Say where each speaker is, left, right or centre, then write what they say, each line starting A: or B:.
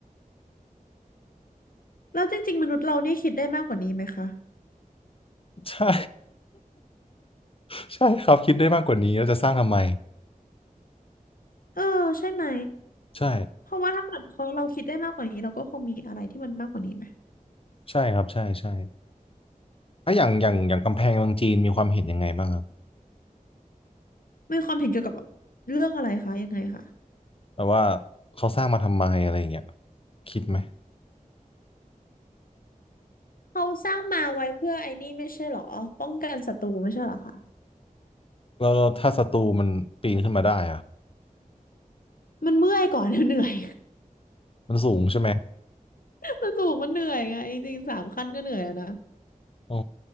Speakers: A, on the left; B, on the left.
A: แล้วจริงๆมนุษย์เราเนี่ยคิดได้มากกว่านี้ไหมคะ
B: ใช่ <laughs> ใช่ครับคิดได้มากกว่านี้แล้วจะสร้างทำไม
A: เออใช่ไหม
B: ใช่
A: เพราะว่าถ้าเกิดเขาเราคิดได้มากกว่านี้เราก็คงมีอะไรที่มันมากกว่านี้ไหม
B: ใช่ครับใช่ใช่อ่ะอย่างอย่างอย่างกำแพงเมืองจีนมีความเห็นยังไงบ้างครับ
A: มีความเห็นเกี่ยวกับแบบเรื่องอะไรคะยังไงคะ
B: แบบว่าเขาสร้างมาทำไมอะไรอย่างเงี้ยคิดไหม
A: เขาสร้างมาไว้เพื่อไอ้นี่ไม่ใช่เหรอป้องกันศัตรูไม่ใช่เหรอคะ
B: แล้วถ้าศัตรูมันปีนขึ้นมาได้อะ
A: มันเมื่อยก่อน <laughs> เหนื่อย
B: มันสูงใช่ไหม
A: มันสูงมันเหนื่อยไงจริงๆสามขั้นก็เหนื่อยอะนะ
B: อ๋อ